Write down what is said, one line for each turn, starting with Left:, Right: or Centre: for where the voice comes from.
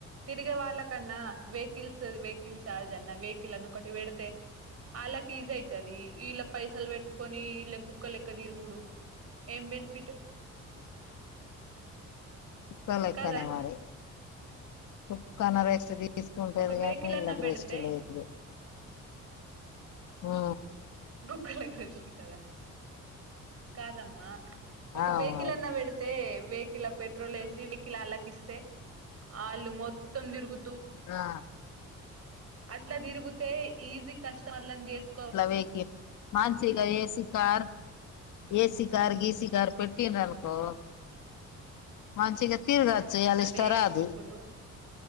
Right: తిరిగే వాళ్ళకన్నా వెహికల్స్ వెహికల్స్ చార్జ అన్న వెహికల్ అన్న ఒకటి పేడితే ఆల్ల ఈజీ అయితది ఇల్లె పైసలు పెట్టుకొని ఇల్ళ కుక్కల లెక్క తిరుగుడు ఏం బెనిఫిట్
Left: కుక్కల లేక్కనే
Right: కదా
Left: మారీ కుక్కన్న రెస్ట్ తీసు తీసుకుంటది
Right: ఒక వెహికల్
Left: గానీ
Right: అన్నా
Left: ఇల్లకు
Right: పెడితే
Left: రెస్ట్ లేదు ఆ
Right: కుక్క లెక్క చూసిర్రు కాదమ్మా ఒక
Left: అవు
Right: వెహికల్
Left: మరి
Right: అన్నా పెడితే వెకిల్ ల పెట్రోల్ వేసి వెకిల్ అళ్ళకి ఇస్తే వాళ్ళు మొత్తం తిరుగు
Left: ఆ
Right: అట్లా తిరిగితే ఈజీ కస్టమర్ని చేసు
Left: వెకి మాన్సిగా ఏసి కార్ ఏసి కార్ గీసి కార్ పెట్టు పెట్టిర్రు అనుకో మంచిగా తిరగచ్చు ఇయాల
Right: అదే
Left: ఇష్ట రాదు
Right: ఇప్పుడు